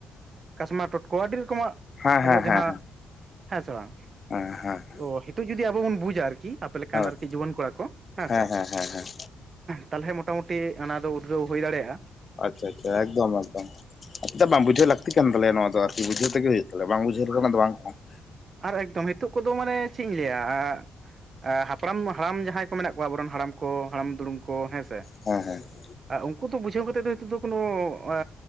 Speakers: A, on the right; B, on the left.
A: ᱠᱟᱥᱢᱟ ᱴᱚᱴᱠᱚ ᱟᱹᱰᱤ ᱨᱚᱠᱚᱢᱟᱜ
B: ᱦᱮᱸ
A: ᱟᱵᱚᱣᱟᱜ
B: ᱦᱮᱸ
A: ᱡᱟᱦᱟᱸ,
B: ᱦᱮᱸ
A: ᱦᱮᱸ ᱥᱮ ᱵᱟᱝ ᱾
B: ᱦᱮᱸ ᱦᱮᱸ ᱾
A: ᱛᱚ ᱦᱤᱛᱩᱜ ᱡᱩᱫᱤ ᱟᱵᱚ ᱵᱚᱱ ᱵᱩᱡᱟ ᱟᱨᱠᱤ ᱟᱯᱮ ᱞᱮᱠᱟᱱ
B: ᱦᱳᱭ
A: ᱟᱨᱠᱤ ᱡᱩᱣᱟᱹᱱ ᱠᱚᱲᱟ ᱠᱚ ᱦᱮᱸᱥᱮ
B: ᱦᱮᱸ ᱦᱮᱸ ᱦᱮᱸ ᱦᱮᱸ
A: ᱛᱟᱦᱞᱮ ᱢᱚᱴᱟ ᱢᱩᱴᱤ ᱚᱱᱟ ᱫᱚ ᱩᱫᱽᱜᱟᱹᱣ ᱦᱩᱭ ᱫᱟᱲᱮᱭᱟᱜᱼᱟ ᱾
B: ᱟᱪᱪᱷᱟ ᱟᱪᱷᱟ ᱮᱠᱫᱚᱢ ᱮᱠ ᱪᱮᱫᱟᱜ ᱵᱟᱢ ᱵᱩᱡᱷᱟᱹᱣ ᱞᱟᱹᱠᱛᱤ ᱠᱟᱱ ᱛᱟᱞᱮᱭᱟ ᱱᱚᱣᱟ ᱫᱚ ᱟᱨᱠᱤ ᱵᱩᱡᱷᱟᱹᱣ ᱛᱮᱜᱮ ᱦᱩᱭᱩᱜ ᱛᱟᱞᱮᱭᱟ ᱵᱟᱝ ᱵᱩᱡᱷᱟᱹᱣ ᱠᱷᱟᱱ ᱫᱚ ᱵᱟᱝ ᱠᱟᱱᱟ ᱾
A: ᱟᱨ ᱮᱠᱫᱚᱢ ᱱᱤᱛᱚᱜ ᱠᱚᱫᱚ ᱢᱟᱱᱮ ᱪᱮᱫ ᱤᱧ ᱞᱟᱹᱭᱟ ᱟ, ᱦᱟᱯᱲᱟᱢ ᱦᱟᱲᱟᱢ ᱡᱟᱦᱟᱸᱭ ᱠᱚ ᱢᱮᱱᱟᱜ ᱠᱚᱣᱟ ᱟᱵᱚᱨᱮᱱ ᱦᱟᱲᱟᱢ ᱠᱚ, ᱦᱟᱲᱟᱢ ᱫᱩᱲᱩᱢ ᱠᱚ ᱦᱮᱸ
B: ᱦᱮᱸ ᱦᱮᱸ ᱾
A: ᱟ ᱩᱱᱠᱩ ᱫᱚ ᱵᱩᱡᱷᱟᱹᱣ ᱠᱟᱛᱮᱫ ᱫᱚ ᱱᱤᱛᱚᱜ ᱫᱚ ᱠᱚᱱᱚ ᱟᱹ